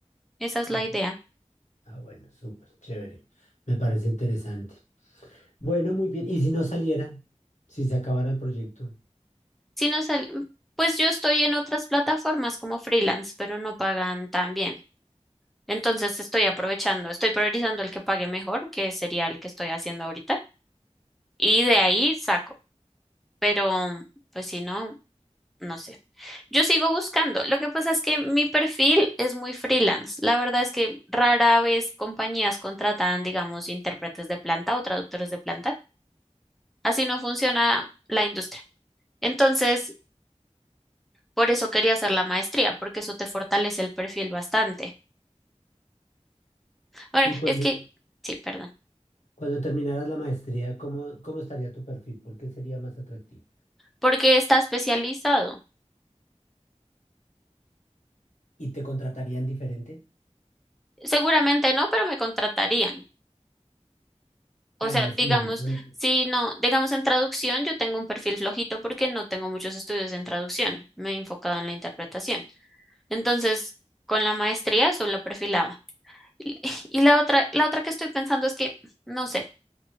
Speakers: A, in the centre; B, on the left.
A: Esa es
B: Ah,
A: la idea.
B: ah, bueno, súper, chévere. Me parece interesante. Bueno, muy bien. ¿Y si no saliera? Si se acabara el proyecto.
A: Si no sal- pues yo estoy en otras plataformas como freelance, pero no pagan tan bien. Entonces estoy aprovechando, estoy priorizando el que pague mejor, que sería el que estoy haciendo ahorita, y de ahí saco. Pero, pues si no, no sé. Yo sigo buscando. Lo que pasa es que mi perfil es muy freelance. La verdad es que rara vez compañías contratan, digamos, intérpretes de planta o traductores de planta. Así no funciona la industria. Entonces, por eso quería hacer la maestría, porque eso te fortalece el perfil bastante. Bueno,
B: Y cuando,
A: es que, sí, perdón,
B: cuando terminaras la maestría, ¿cómo, cómo estaría tu perfil? ¿Por qué sería más atractivo?
A: porque está especializado.
B: ¿Y te contratarían diferente?
A: Seguramente no, pero me contratarían. O
B: Ah,
A: sea,
B: en este
A: digamos,
B: momento.
A: si no, digamos en traducción, yo tengo un perfil flojito porque no tengo muchos estudios en traducción, me he enfocado en la interpretación. Entonces, con la maestría eso lo perfilaba. Y <laughs> y la otra, la otra que estoy pensando es que, no sé,